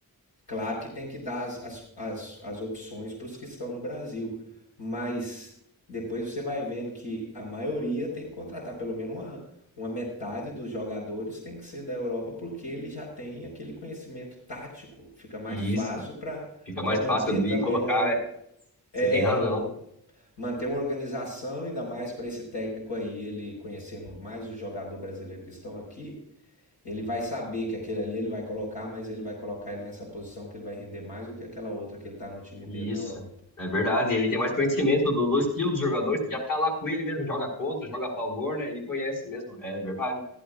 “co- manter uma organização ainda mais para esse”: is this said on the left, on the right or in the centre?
Left